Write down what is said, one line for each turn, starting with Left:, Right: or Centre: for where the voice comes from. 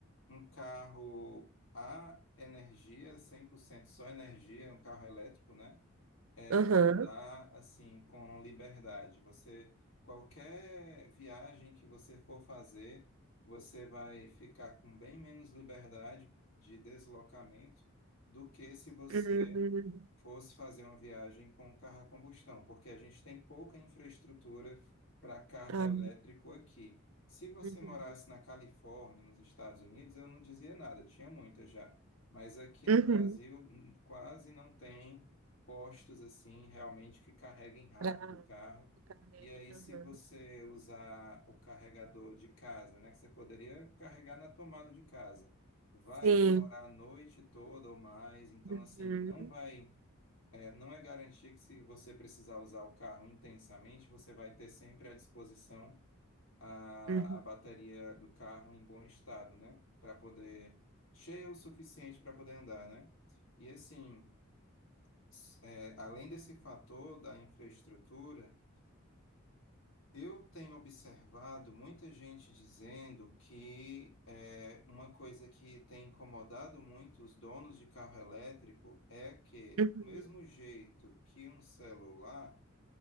Left: Um carro a energia, 100% só energia, um carro elétrico, né? É
Right: Aham.
Left: rodar assim com liberdade. Você, qualquer viagem que você for fazer, você vai ficar com bem menos liberdade de deslocamento do que se você
Right: Uhum.
Left: fosse fazer uma viagem com carro a combustão, porque a gente tem pouca infraestrutura para carro
Right: Ah,
Left: elétrico aqui. Se você
Right: Uhum.
Left: morasse na Califórnia, nos Estados Unidos, eu não dizia nada, tinha muita já. Mas aqui no
Right: Uhum.
Left: Brasil hum, quase não tem postos assim realmente que carreguem rápido
Right: Pra
Left: o carro.
Right: que carregue.
Left: E aí, se
Right: Aham.
Left: você usar o carregador de casa, né, que você poderia carregar na tomada de casa, vai
Right: Sim.
Left: demorar a noite toda ou mais. Então,
Right: Uhum,
Left: assim, não vai é, não é garantir que se você precisar usar o carro intensamente, você vai ter sempre à disposição a,
Right: uhum,
Left: a bateria do carro em bom estado, né? Para poder, cheia o suficiente para poder andar, né? E assim, s- é, além desse fator da infraestrutura, eu tenho observado muita gente dizendo que é, uma coisa que tem incomodado muito os donos de carro elétrico é que,
Right: uhum,
Left: do mesmo jeito que um celular